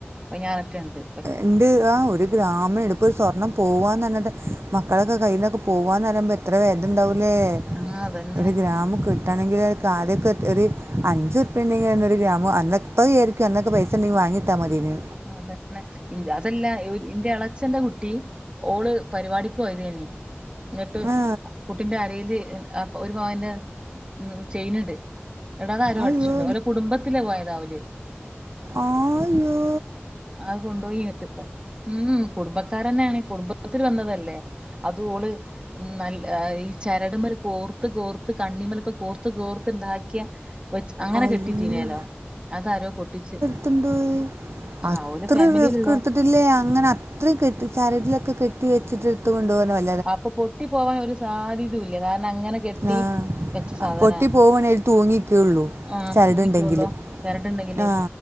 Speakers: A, on the right; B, on the right.
A: പതിനാറെറ്റണ്ട്.
B: ഇണ്ട് താ ഒര് ഗ്രാമെടു ഇപ്പൊര് സ്വർണ്ണം പോവ്വാന്ന്ർഞ്ട്ട് മക്കളൊക്കെ കയ്യിന്നൊക്കെ പോവ്വാന്നറിപ്പം എത്ര വേതന ണ്ടാവൂല്ലേ,
A: ആഹ് അതന്നെ
B: ഒര് ഗ്രാമ് ക് ട്ടണെങ്കില് ആദ്യക്കെ ഒര് അഞ്ചുർപ്യണ്ടെങ്കിലെന്നെ ഒര് ഗ്രാമ് അന്നത്ത <unintelligible> അന്നൊക്കെ പൈസണ്ടീ വാങ്ങിട്ടാ മത്യോനീ.
A: ആ അതന്നെ അതെല്ലാ ഇ ഇന്റെ എളച്ചന്റ കുട്ടി ഓള് പരിവാടിക്ക്‌ ഓയതേനി ന്ന്ട്ട്
B: ആ
A: കുട്ടിന്റെ അരെല് ഒരു പവന്റെ മ് ചെയ്ന്ന്ണ്ട് ന്ന്ടതാരോ
B: അയ്യോ
A: അടിച്ചോണ്ട ഓലെ കുടുംബത്തില് പോയാതോല്.
B: ആ യ്യോ.
A: അത് കൊണ്ടോയിന്ന്ട്ട് മ് കുടുംബക്കാരന്നെണ്. കുടുംബത്തിൽ വന്നതല്ലേ അതോള് നല്ല ഈ ചരട്മ്മല് കോർത്ത് കോർത്ത് കണ്ണിമലൊക്കെ കോർത്ത് കോർത്ത് ഇണ്ടാക്ക്യാ വച്ച് അങ്ങനെ
B: അയ്യോ
A: കെട്ടിട്ടീന്യലോ അതാരോ പൊട്ടിച്ച്
B: എട്ത്തൊണ്ടോയി
A: ആ
B: അത്രിം
A: ഓലെ ഫാമിലിയിലുള്ള
B: റിസ്ക്ക് ട്ത്ട്ട് ല്ലേ അങ്ങനെ അത്രിം കെട്ടി ചരടിലൊക്കെ കെട്ടി വെച്ചിട്ട് എട്ത്ത് കൊണ്ടോവാർഞ്ഞാ വെ
A: അപ്പൊ പൊട്ടി പോവാൻ ഒര് സാധ്യതൂല്ല കാരണം അങ്ങനെ കെട്ടി
B: ആ
A: വെച്ച സാധനാണ്
B: പൊട്ടി പോവുകയാണെങ്കിൽ അതിൽ തൂങ്ങിക്കുള്ളൂ
A: ആ
B: ചരടുണ്ടെങ്കിൽ
A: മിക്കൊള്ളോ ചരട്ണ്ടെങ്കിലെ
B: ആ